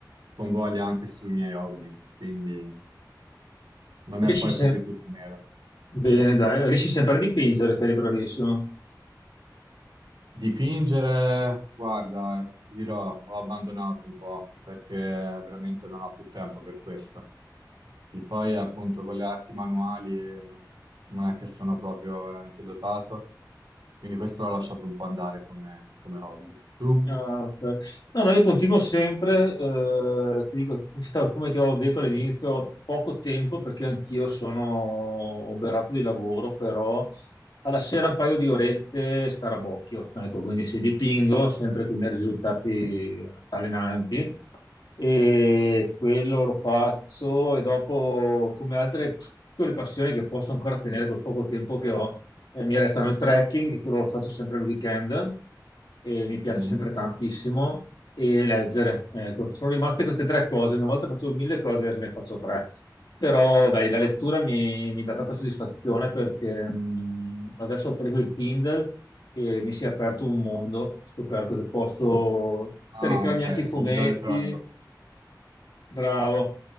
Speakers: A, on the right; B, on the left.
A: convoglia anche sui miei hobby, quindi non
B: Riesci
A: è poi
B: sempre...
A: così tutto nero.
B: Bene, dai, riesci sempre a dipingere, che eri bravissimo.
A: Dipingere, guarda, ti dirò, ho abbandonato un po' perché veramente non ho più tempo per questo. E poi appunto con le arti manuali eh, non è che sono proprio veramente dotato, quindi questo l'ho lasciato un po' andare come, come hobby. Tu?
B: Ah, ok. No, no, io continuo sempre, eh, ti dico, ci sto- come ti ho detto all'inizio, poco tempo perché anch'io sono oberato di lavoro, però alla sera un paio di orette scarabocchio, ecco, quindi se dipingo sempre con i miei risultati allenanti e quello lo faccio e dopo come altre piccole passioni che posso ancora tenere col poco tempo che ho, eh, mi restano il trekking, che quello lo faccio sempre al weekend e mi piace
A: Mhm.
B: sempre tantissimo, e leggere. Ecco, sono rimaste queste tre cose. Una volta facevo mille cose, adesso ne faccio tre. Però dai, la lettura mi, mi dà tanta soddisfazione perché mh, adesso ho preso il Kindle e mi si è aperto un mondo. Ho scoperto che posso
A: Ah,
B: caricarmi
A: ok,
B: anche i fumetti,
A: il libro elettronico
B: bravo,